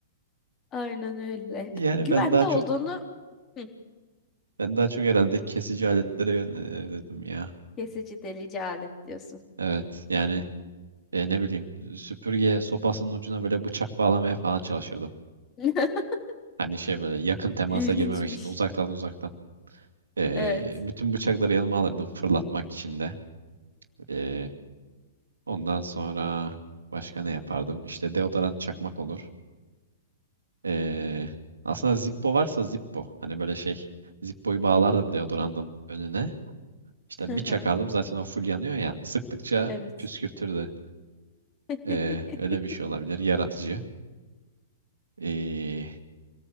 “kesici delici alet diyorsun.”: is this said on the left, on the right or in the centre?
Left